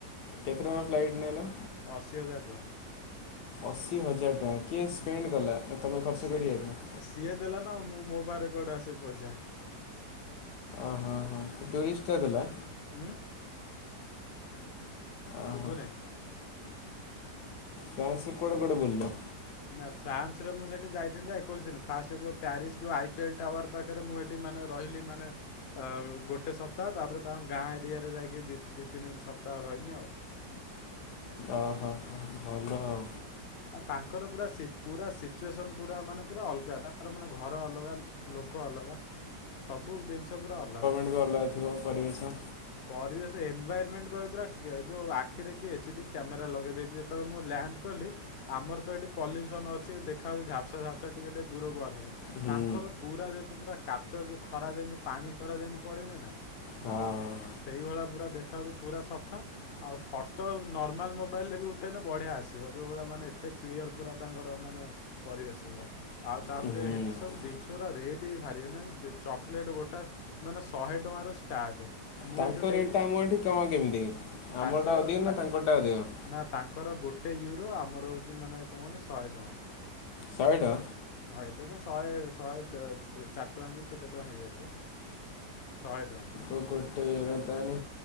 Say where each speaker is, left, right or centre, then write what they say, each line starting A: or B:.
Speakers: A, on the left (about 70°); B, on the left (about 55°).
A: କେତେ ଟଙ୍କା ଫ୍ଲାଇଟ୍ ନେଲା?
B: ଅଶି ହଜାର ଟଙ୍କା।
A: ଅଶୀ ହଜାର ଟଙ୍କା କିଏ
B: ହୁଁ
A: ସ୍ପେଣ୍ଡ କଲା ନା ତମେ ଖର୍ଚ୍ଚ
B: ସିଏ
A: କରିଯାଇଥିଲ?
B: ସିଏ ଦେଲା ନା ମୁଁ ମୋ ପାଖରେ କୁଆଡେ ଆସିବ ପଇସା।
A: ଅ ହଁ ହଁ ଟୁରିଷ୍ଟ ଟା ଦେଲା?
B: ହୁଁ।
A: ଓହୋ
B: ଶୁଭୁନାହିଁ।
A: ଫ୍ରାନ୍ସ୍ ରେ କୁଆଡେ କୁଆଡେ ବୁଲିଲ?
B: ନା ଫ୍ରାନ୍ସରେ ମୁଁ ସେଠି ଯାଇଥିଲି ଯା ଏକୋଇଶ ଦିନ। ଫାଷ୍ଟ ଯୋଉ ପ୍ୟାରିସ ଯଉ ଆଇ ପି ଏଲ ଟାୱାର ପାଖ ଭିତରେ ମୁଁ ଏଠି ମାନେ ରହିଲି ମାନେ ଆ ଗୋଟେ ସପ୍ତାହ ତାପରେ ତାଙ୍କ ଗାଁ ଏରିଆରେ ଯାଇକି ଦିଇ ତିନି ସପ୍ତାହ ରହିନି ଆଉ।
A: ଅ ହ ଭଲ ଆଉ।
B: ଆଉ ତାଙ୍କର ପୁରା ସି ପୁରା ସିଚୁଏସନ ପୁରା ମାନେ ପୁରା ଅଲଗା ତାଙ୍କର ମାନେ ଘର ଅଲଗା ଲୋକ ଅଲଗା ସବୁ ଜିନିଷ ପୁରା ଅଲଗା।
A: ସେଠି ବି ଅଲଗା ଥିବ ପରିବେଶ।
B: ପରିବେଶ ଏନଭାୟାରମେଣ୍ଟ କହିବ ପୁରା କ ଯଉ ଆଖିରେ କିଏ ଏଚ ଡି କ୍ୟାମେରା ଲଗେଇଦେଇଛି ଯେତେବେଳେ ମୁଁ ଲ୍ୟାଣ୍ଡ କଲି ଆମର ତ ଏଠି ପଲ୍ୟୁସନ ଅଛି ଦେଖା ଯାଉଛି ଝାପ୍ସା, ଝାପ୍ସା ଟିକେ ଟିକେ ଦୂରକୁ ଆ ନହେଲେ
A: ହୁଁ
B: ତାଙ୍କର ପୁରା ଯେମିତି ପୁରା କାଚ ଯ ଖରା ଯେମିତି ପାଣି ଖରା ଯେମିତି ପଡେନି ନା
A: ହଁ। ହଁ।
B: ସେଇଭଳିଆ ପୁରା ଦେଖାଯାଉଛି ପୁରା ସଫା। ଆଉ ଫଟୋ ନର୍ମାଲ ମୋବାଇଲ ରେ ବି ଉଠେନେ ବଢିଆ ଆସିବ ଯୋଉଗୁରା ମାନେ ଏତେ କ୍ଲିୟର ପୁରା ତାଙ୍କର ମାନେ ପରିବେଶ ଗୁରା। ଆଉ ତାପରେ
A: ହୁଁ
B: ହେ ଠି ସବୁ ଜିନିଷ ଗୁରା ରେଟ୍ ବି ଭାରି। ଅନାନି ଚକୋଲେଟ ଗୋଟା ମାନେ ଶହେ ଟଙ୍କାରୁ ଷ୍ଟାର୍ଟ। ମୁଁ
A: ତାଙ୍କ
B: ଏଠୁ ନେଇ
A: ରେଟ ଟା ଆମ ଏଠି କଣ କେମିତି? ଆମର
B: ତାଙ୍କର
A: ଟା ଅଧିକ ନା
B: ତା
A: ତାଙ୍କର ଟା ଅଧିକ?
B: ନା ତାଙ୍କର ଗୋଟେ ୟୁରୋ ଆମର ହଉଛି ମାନେ କଣ କହନି ମାନେ ଶହେ ଟଙ୍କା।
A: ଶହେ ଟଙ୍କା।
B: ହଁ, ଏବେ ତ ଶହେ, ଶହେ ଦ ଦ ଚାରି ଟଙ୍କା କି କେତେ ଟଙ୍କା ହେଇ ଯାଇଥିବ। ଶହେ ଟଙ୍କା।
A: ଓ ଗୋଟେ ୟୁରୋ ତାହେନେ